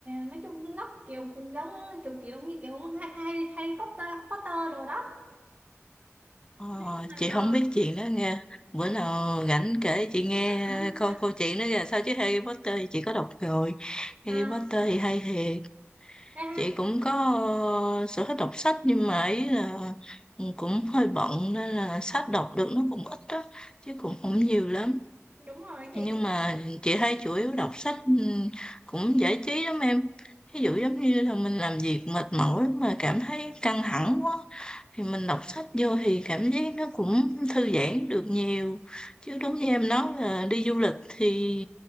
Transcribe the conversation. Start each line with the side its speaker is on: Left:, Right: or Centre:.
Right: nói chung nó kiểu cũng giống kiểu kiểu như kiểu Harry, Harry Potter Potter đồ đó
Left: Ờ,
Right: nói chung là
Left: chị
Right: ờ
Left: không biết chuyện đó nghe. Bữa nào rảnh kể chị nghe
Right: <laughs>
Left: coi câu chuyện đó ra sao chứ Harry Potter thì chị có đọc rồi.
Right: à,
Left: Harry Potter thì hay thiệt.
Right: à,
Left: Chị cũng có ờ, sở thích đọc sách nhưng mà ấy là ừ, cũng hơi bận nên là sách đọc được nó cũng ít đó chứ cũng không nhiều lắm
Right: đúng rồi chị
Left: nhưng mà chị thấy chủ yếu đọc sách ừm, cũng giải trí lắm em ví dụ giống như là mình làm việc mệt mỏi mà cảm thấy căng thẳng quá thì mình đọc sách vô thì cảm giác nó cũng thư giãn được nhiều chứ đúng như em nói là đi du lịch thì